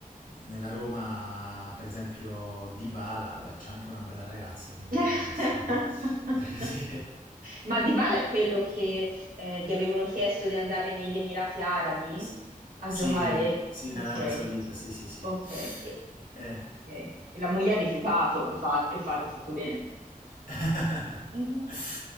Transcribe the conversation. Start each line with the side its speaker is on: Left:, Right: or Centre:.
Left: nella Roma, per esempio, Dybala, vabbè, c'è anche una bella ragazza, quindi
Right: <laughs>
Left: magari... <laughs> Così.
Right: Ma Dybala è quello che eh, gli avevano chiesto di andare negli Emirati Arabi
Left: Sì,
Right: a
Left: sì,
Right: giocare?
Left: sì, in
Right: Ok,
Left: Arabia Saudita, sì, sì, sì.
Right: ok. E,
Left: Eh.
Right: ok. E la moglie ha rifiutato, infatti, infatti ha fatto bene.
Left: <laughs>
Right: Mhm.